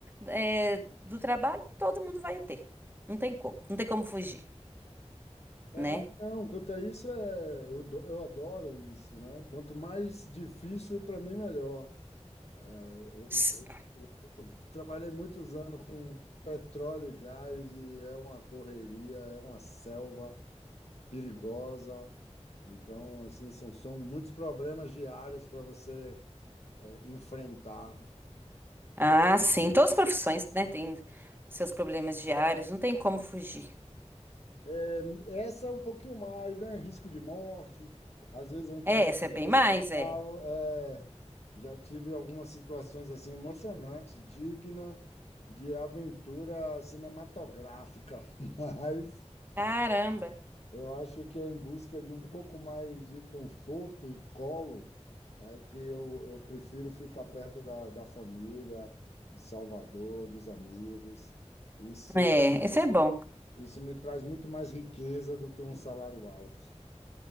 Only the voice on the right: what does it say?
é, do trabalho, todo mundo vai ter. Não tem como. Não tem como fugir,
né?
S-
Ah, sim. Todas as profissões, né, têm seus problemas diários. Não tem como fugir.
É, essa
é bem
mais,
é.
Caramba.
É, esse é bom.